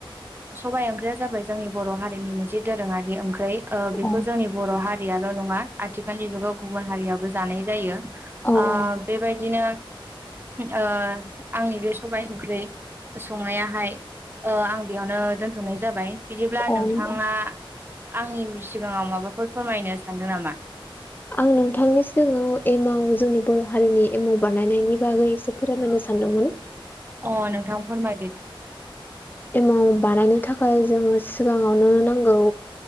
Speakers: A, on the right; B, on the left.
A: सबाय ओंख्रिया जाबाय जोंनि बर' हारिनि मोनसे दोरोङारि ओंख्रि बेखौ
B: औ
A: जोंनि बर' हारियाल' नङा आथिखालनि जुगाव गुबुन हारियाबो जानाय जायो।
B: औ
A: आ
B: औ
A: बेबायदिनो ओ आंनि बे सबाय ओंख्रि संनायाहाय ओ आं बेयावनो दोनथ'नाय जाबाय। बिदिब्ला नोंथाङा
B: औ
A: आंनि सिगाङाव माबाफोर फोरमायनो सानदों नामा
B: आं नोंथांनि सिगाङाव एमाव जोंनि बर' हारिनि एमाव बानायनायनि बागै एसे फोरमायनो सानदोंमोन।
A: अ नोंथां फोरमाय
B: एमाव बानायनो थाखाय जोङो सिगाङावनो नांगौ